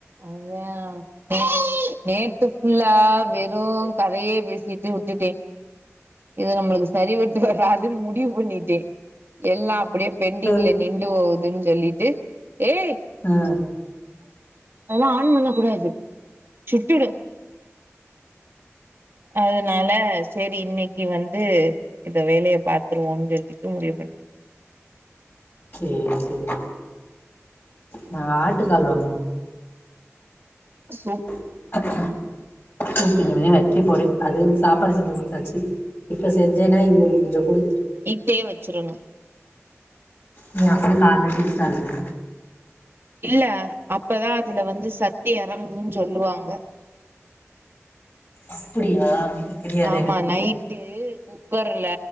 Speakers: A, on the right; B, on the left.
A: அவ அ நேத்து ஃபுல்லா வெறும் கதயே பேசிட்டு விட்டுட்டே இவன் நம்ளுக்கு சரிப்பட்டு வராதுன் முடிவு பண்ணிட்டே எல்லா அப்டியே பெண்டிங்ல
B: அ
A: நின்டு போவ்துன்னு சொல்லிட்டு ஏ
B: ம்
A: அதெல்லா ஆன் பண்ண கூடாது சுட்டுடோ அதனால சரி இன்னிக்கு வந்து இந்த வேலய பாத்ருவோம்னு சொல்லிட்டு முடிவு பண்ணிட்ட
B: சேரி செரி நா ஆட்டுக்கால் வாங்குனோ
A: சோ
B: <unintelligible> இனிமே வெக்க போறே அதுள்ளுக் சாப்பாடு செஞ்சு குடுத்தாச்சு இப்ப செஞ்சேன்னா இவங்களுக் கொஞ்சோ குடுத்
A: தே வச்சிருங்க
B: நீ அப்பயே காய்ல டீச்சரா இருங்க
A: இல்ல அப்ப தா அதுல வந்து சத்து எறங்கும் சொல்லுவாங்க
B: அப்படியா இது தெரியாது
A: ஆமா
B: எனக்கு
A: நை ட்டு குக்கர்ல